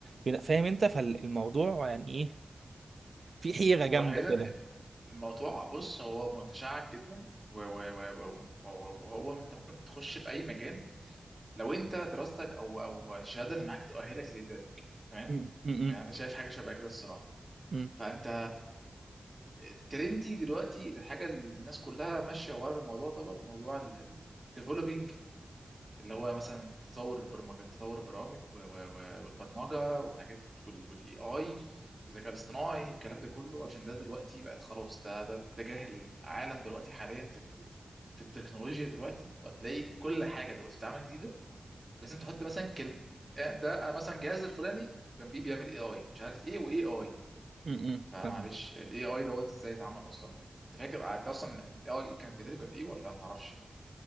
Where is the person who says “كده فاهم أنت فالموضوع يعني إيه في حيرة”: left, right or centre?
Right